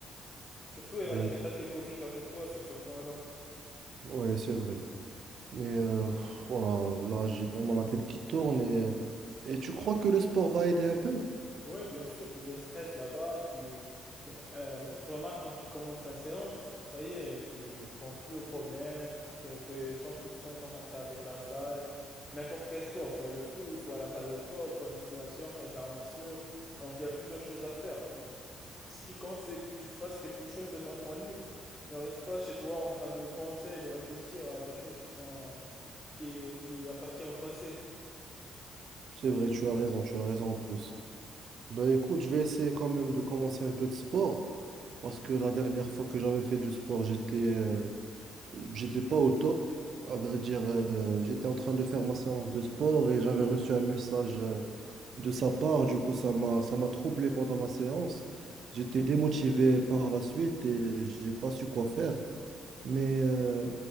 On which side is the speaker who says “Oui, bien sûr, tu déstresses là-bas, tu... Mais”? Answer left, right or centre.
Left